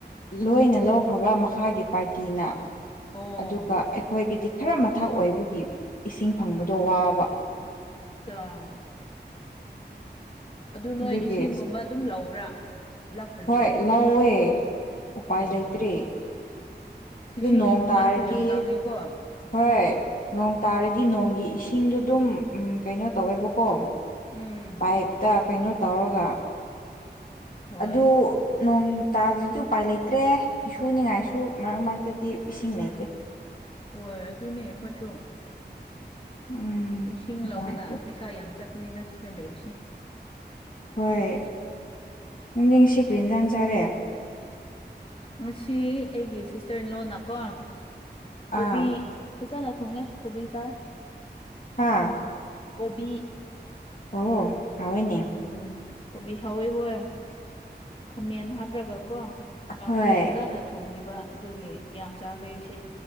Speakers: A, on the left; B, on the left.
A: ꯂꯣꯏꯅ ꯂꯧꯈ꯭ꯔꯕ ꯃꯈꯥꯒꯤ ꯄꯥꯔꯇꯤꯅ
B: ꯑꯣ
A: ꯑꯗꯨꯒ ꯑꯩꯈꯣꯏꯒꯤꯗꯤ ꯈꯔ ꯃꯊꯛ ꯑꯣꯏꯕꯒꯤ ꯏꯁꯤꯡ ꯐꯪꯕꯗꯣ ꯋꯥꯕ
B: ꯆ ꯑꯗꯨ ꯅꯣꯏ
A: ꯑꯗꯨꯒꯤ
B: ꯏꯁꯤꯡꯒꯨꯝꯕ ꯑꯗꯨꯝ ꯂꯧꯕ꯭ꯔꯥ ꯂꯥꯛꯇ꯭ꯔꯗꯤ
A: ꯍꯣꯏ ꯂꯧꯋꯦ ꯎꯄꯥꯏ
B: ꯎꯝ
A: ꯂꯩꯇ꯭ꯔꯦ ꯑꯗꯨ
B: ꯏꯁꯤꯡꯒꯤ
A: ꯅꯣꯡ
B: ꯃꯃꯜꯁꯨ
A: ꯇꯥꯔꯗꯤ
B: ꯌꯥꯝ ꯇꯥꯡꯉꯦꯀꯣ
A: ꯍꯣꯏ ꯅꯣꯡ ꯇꯥꯔꯗꯤ ꯅꯣꯡꯒꯤ ꯏꯁꯤꯡꯗꯣ ꯑꯗꯨꯝ ꯀꯩꯅꯣ ꯇꯧꯋꯦꯕꯀꯣ
B: ꯎꯝ
A: ꯄꯥꯏꯞꯇ ꯀꯩꯅꯣ ꯇꯧꯔꯒ
B: ꯍꯣꯏ
A: ꯑꯗꯨ ꯅꯣꯡ ꯇꯥꯗ꯭ꯔꯗꯤ ꯎꯄꯥꯏ ꯂꯩꯇ꯭ꯔꯦ ꯐꯤꯁꯨ ꯅꯤꯡꯉꯥꯏꯁꯨ ꯃꯔꯛ ꯃꯔꯛꯇꯗꯤ ꯏꯁꯤꯡ ꯂꯩꯇꯦ
B: ꯍꯣꯏ ꯑꯗꯨꯅꯦ ꯑꯩꯈꯣꯏꯁꯨ
A: ꯎꯝ
B: ꯏꯁꯤꯡ
A: ꯅꯨꯡꯉꯥꯏꯇꯦ
B: ꯂꯧꯕꯅ ꯄꯩꯁꯥ ꯌꯥꯝ ꯆꯠꯀꯅꯤꯗ ꯁꯤꯗ ꯂꯩꯕꯁꯦ
A: ꯍꯣꯏ ꯅꯪꯗꯤꯡ ꯁꯤꯀꯔꯤ ꯏꯟꯖꯥꯡ ꯆꯥꯔꯦ
B: ꯃꯁꯤ ꯑꯩꯒꯤ ꯁꯤꯁꯇꯔ ꯏ ꯂꯣꯟꯅꯀꯣ ꯀꯣꯕꯤ
A: ꯑꯥ
B: ꯐꯖꯅ ꯊꯣꯡꯉꯦ ꯀꯣꯕꯤ ꯆꯥꯏ
A: ꯍꯥꯥ
B: ꯀꯣꯕꯤ
A: ꯑꯣ ꯍꯅꯦ
B: ꯎꯝ ꯀꯣꯕꯤ ꯍꯋꯦ ꯍꯣꯏ ꯈꯥꯃꯦꯟ ꯍꯥꯞꯔꯒ ꯀꯣ ꯀꯥꯡꯁꯣꯏ
A: ꯍꯣꯏ
B: ꯐꯖꯅ ꯊꯣꯡꯕꯤꯕ ꯑꯗꯨꯒꯤ ꯀ ꯆꯥꯈ꯭ꯔꯦ ꯑꯩꯁꯦ